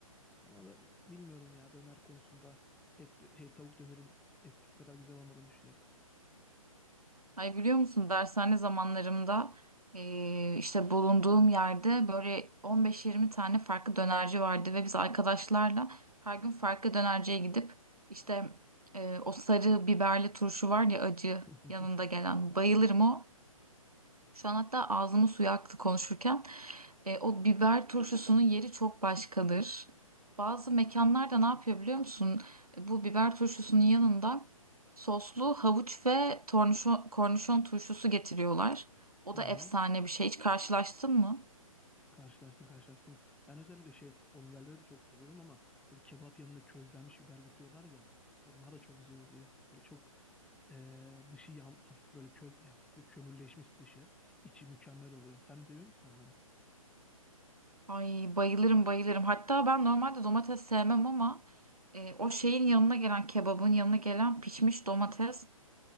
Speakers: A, in the centre; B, on the right.
A: Ama ben bilmiyorum ya döner konusunda et şey tavuk dönerin eskisi kadar güzel olmadığını düşünüyorum.
B: Ay biliyor musun dershane zamanlarımda eee, işte bulunduğum yerde böyle 15-20 tane farklı dönerci vardı ve biz arkadaşlarla her gün farklı dönerciye gidip işte eee, o sarı biberli turşu var ya acı
A: <laughs>
B: yanında gelen bayılırım o. Şu an hatta ağzımı suya aktı konuşurken. E, o biber turşusunun yeri çok başkadır. Bazı mekanlarda ne yapıyor biliyor musun? E, Bu biber turşusunun yanında soslu havuç ve tornişon, kornişon turşusu getiriyorlar. O
A: Hı
B: da
A: hı.
B: efsane bir şey. Hiç karşılaştın mı?
A: Karşılaştım karşılaştım. Ben özellikle şey o biberleri de çok seviyorum ama böyle kebap yanında közlenmiş biber getiriyorlar ya. Onlar da çok güzel oluyor. Böyle çok eee, dışı yan, hafif böyle kö, ya hafif bir kömürleşmiş dışı. içi mükemmel oluyor. Sen de seviyor musun onları?
B: Ay bayılırım bayılırım. Hatta ben normalde domates sevmem ama e, o şeyin yanına gelen kebabın yanına gelen pişmiş domates